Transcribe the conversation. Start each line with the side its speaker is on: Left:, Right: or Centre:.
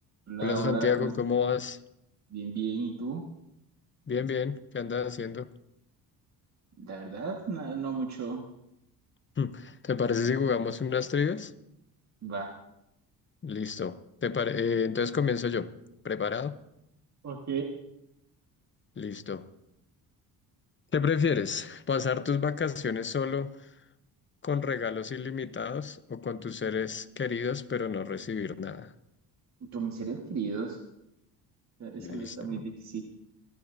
Right: Hola,
Left: Hola Santiago,
Right: hola, ¿cómo estás?
Left: ¿cómo vas?
Right: Bien, bien, ¿y tú?
Left: Bien, bien, ¿qué andas haciendo? <laughs>
Right: La verdad, no, no mucho.
Left: Hmm, ¿Te parece si jugamos unas trivias?
Right: Va,
Left: Listo. ¿Te pare- eh, entonces comienzo yo. ¿Preparado?
Right: Ok,
Left: Listo. ¿Qué prefieres? ¿Pasar tus vacaciones solo con regalos ilimitados o con tus seres queridos pero no recibir nada?
Right: con mis seres queridos, e, esa
Left: Listo.
Right: no está muy difícil.
Left: <laughs>